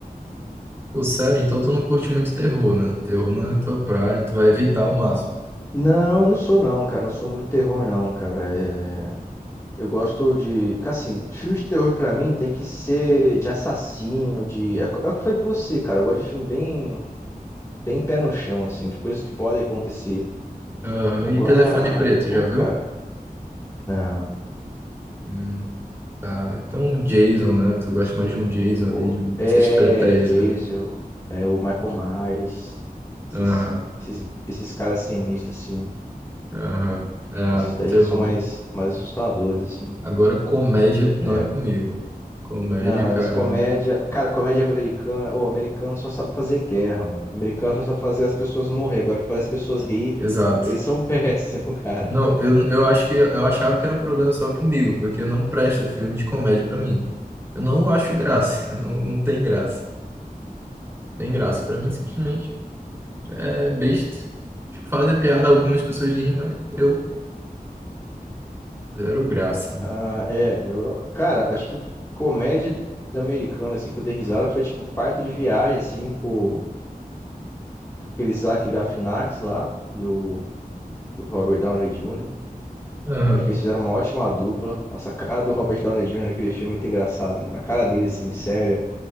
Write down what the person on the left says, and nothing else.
Não, não sou não, cara. Não sou muito do terror, não, cara. É, Eu gosto de. Assim, filme de terror pra mim tem que ser de assassino, de. É é o que eu falei pra você, cara. Eu gosto de filme bem bem pé no chão, assim, de coisas que podem acontecer.
Agora,
pô,
cara,
não,
pô.
É
Jason,
é o Michael Myers, esses,
esses, esses caras sinistros, assim.
Esses daí
já são mais, mais assustadores, assim.
É,
não,
esse comédia.
Cara, comédia americana. O americano só sabe fazer guerra, mano. Americano só sabe fazer as pessoas morrer. Agora, fazer as pessoas rir,
eles são <laughs> péssimos, cara.
Ah, é. eu- cara, acho que comédia americana, assim, que eu dei risada foi tipo Parto de Viagem, assim, com aquele Zach Galifianakis lá e o, e o Robert Downey Jr.
Acho que eles fizeram uma ótima dupla. Nossa, a cara do Robert Downey Jr. naquele filme é muito engraçada, mano. A cara dele, assim, séria